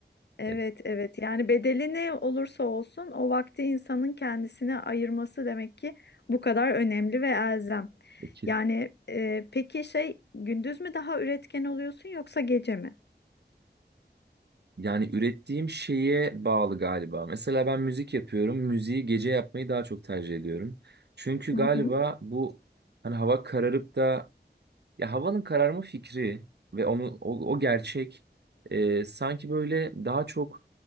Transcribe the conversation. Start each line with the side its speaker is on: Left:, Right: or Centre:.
Left: Evet,
Right: E,
Left: evet. Yani bedeli ne olursa olsun o vakti insanın kendisine ayırması demek ki bu kadar önemli ve elzem.
Right: e,
Left: Yani e, peki şey gündüz mü daha üretken oluyorsun yoksa gece mi?
Right: Yani ürettiğim şeye bağlı galiba. Mesela ben müzik yapıyorum. Müziği gece yapmayı daha çok tercih ediyorum. Çünkü
Left: Hı
Right: galiba
Left: hı.
Right: bu hani hava kararıp da ya havanın kararma fikri ve onu o, o gerçek e, sanki böyle daha çok